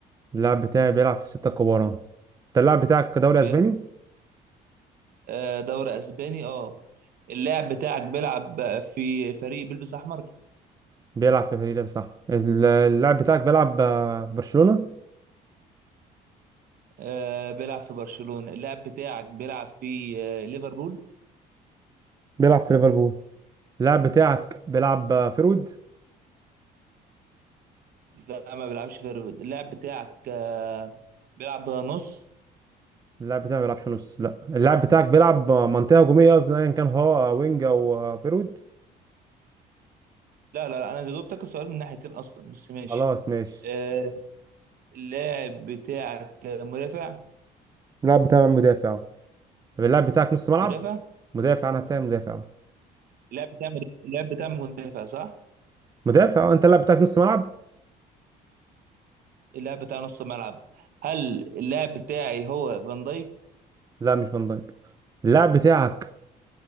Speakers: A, on the right (about 20°); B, on the right (about 60°).
A: اللاعب بتاعي بيلعب في السته الكبار اه. انت اللاعب بتاعك دوري
B: بيلعب
A: اسباني
B: آه دوري أسباني اه اللاعب بتاعك بيلعب في فريق بيلبس أحمر
A: بيلعب في فريق ده صح ال- اللاعب بتاعك بيلعب آه، في برشلونة
B: آه بيلعب في برشلونة اللاعب بتاعك بيلعب في آه ليفربول
A: بيلعب في ليفربول اللاعب بتاعك بيلعب آه، فيرود
B: لا ما بيلعبش في ليفربول اللاعب بتاعك آه بيلعب نص
A: اللاعب بتاعك ما بيلعبش نص لا اللاعب بتاعك بيلعب آه، منطقة هجومية قصدي ايا كان هو آه، وينج او آه، فيرود
B: لا لا لا، انا جاوبتك السؤال من ناحيتين اصلا بس ماشي
A: خلاص ماشي
B: آه اللاعب بتاعك مدافع
A: اللاعب بتاعك مدافع طب اللاعب بتاعك نص ملعب
B: مدافع
A: مدافع انا بتاعي مدافع
B: اللاعب بتاع اللاعب بتاع مدافع صح
A: مدافع آه، انت اللاعب بتاعك نص ملعب
B: اللاعب بتاع نص ملعب هل اللاعب بتاعي هو فان دايك
A: لا مش فان دايك اللاعب بتاعك